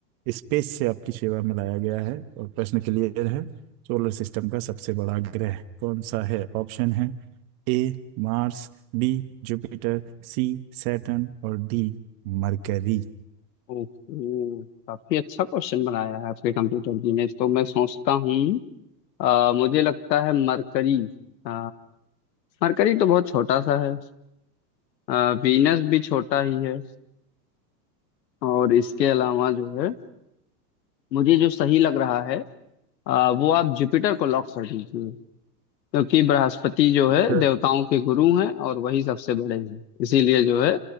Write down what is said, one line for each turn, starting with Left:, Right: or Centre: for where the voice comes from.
Right: स्पेस से आपकी सेवा में लाया गया है और प्रश्न क्लियर है सोलर सिस्टम का सबसे बड़ा ग्रह कौन सा है ऑप्शन है A Mars B Jupiter C Saturn और डी मरकरी
Left: ओहो काफी अच्छा क्वेश्चन बनाया है आपके कंप्यूटर जी ने तो मैं सोचता हूँ अ, मुझे लगता है मरकरी अ, मरकरी तो बहुत छोटा सा है अ, वीनस भी छोटा ही है और इसके अलावा जो है मुझे जो सही लग रहा है आ, वो आप जुपिटर को लॉक कर दीजिए क्योंकि बृहस्पति जो है
Right: Sure.
Left: देवताओं के गुरु हैं और वही सबसे बड़े हैं इसीलिए जो है